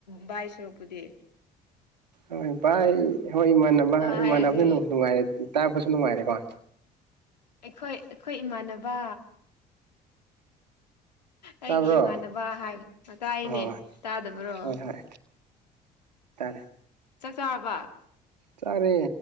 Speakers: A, on the left; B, on the right.
A: ꯚꯥꯏ ꯁꯔꯨꯛꯄꯨꯗꯤ
B: ꯍꯣꯏ ꯚꯥꯏ ꯍꯣꯏ ꯏꯃꯥꯟꯅꯕ
A: ꯍꯥꯏꯔꯗꯤ
B: ꯏꯃꯥꯟꯅꯕ ꯅꯨꯡ ꯅꯨꯡꯉꯥꯏꯔꯦ ꯇꯥꯕꯁꯨ ꯅꯨꯡꯉꯥꯏꯔꯦꯀꯣ
A: ꯑꯩꯈꯣꯏ ꯑꯈꯣꯏ ꯏꯃꯥꯟꯅꯕ ꯑꯩꯒꯤ
B: ꯇꯥꯕ꯭ꯔꯣ
A: ꯏꯃꯥꯟꯅꯕ ꯍꯥꯏꯕ ꯇꯥꯏꯅꯦ
B: ꯑꯣ
A: ꯇꯥꯗꯕ꯭ꯔꯣ
B: ꯍꯣꯏ ꯍꯣꯏ ꯇꯥꯔꯦ
A: ꯆꯥꯛ ꯆꯥꯔꯕ
B: ꯆꯥꯔꯦ